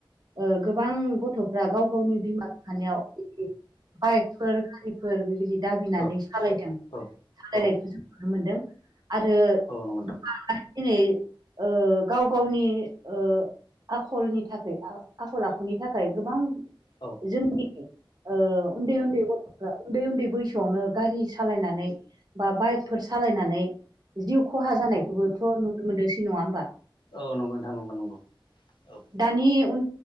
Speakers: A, on the right (about 50°); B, on the left (about 60°).
A: ओ गोबां गथ'फ्रा गाव गावनि बिमा बिफानियाव बाइकफोर गारिफोर बेबायदि दाबिनानै
B: औ
A: सालायदों
B: औ
A: सालायनायखो
B: औ
A: जों नुनो मोनदों आरो
B: औ नंगौ नोंथां
A: गोबाङा दिनै ओ गाव गावनि ओ आखलनि थाखाय आ आखल आखुनि थाखाय गोबां
B: औ नंगौ
A: जोंनि ओ उन्दै उन्दै गथ'फ्रा उन्दै उन्दै बैसो आवनो गारि सालायनानै बा बाइकफोर सालायनानै जिउ खहा जानायखौबो थ' नुनो मोनदोंसै नङा होनोमबा।
B: औ नंगौ नथां नंगौ नंगौ औ।
A: दानि उन